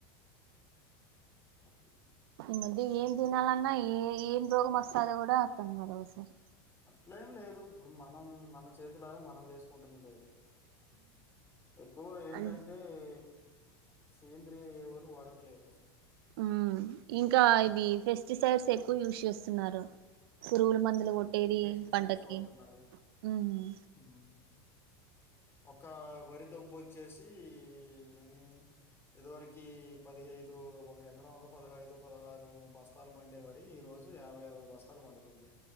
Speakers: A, on the left (about 15°); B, on the right (about 65°).
A: మకి
B: ఈ మధ్య ఏం తినాలన్నా ఏ ఏం రోగం వస్తదో కూడా అర్థం కాదు ఒకసారి
A: అట్లే ఏం లేదు ఇప్పుడు మనం మన చేతులార మనం చేసుకుంటున్నదే అది ఎక్కువ ఏంటంటే
B: అం
A: ఎ సేంద్రియ ఎరువులు వాడట్లేదు
B: మ్ ఇంకా ఇవి పెస్టిసైడ్స్ ఎక్కువ యూజ్ చేస్తున్నారు పురుగుల మంది కొట్టేది
A: పెస్టిసైడ్స్
B: పంటకి
A: వాడుతున్నారు.
B: మ్
A: హ్మ్. ఒక వరిదబ్బు వచ్చేసీ ఎన్ని ఇదివరకి పదిహైదు ఒక ఎకరంలో పదహైదు పదహారు బస్తాలు పండేవరి ఈ రోజు యాభై అరవై బస్తాలు పండుతుంది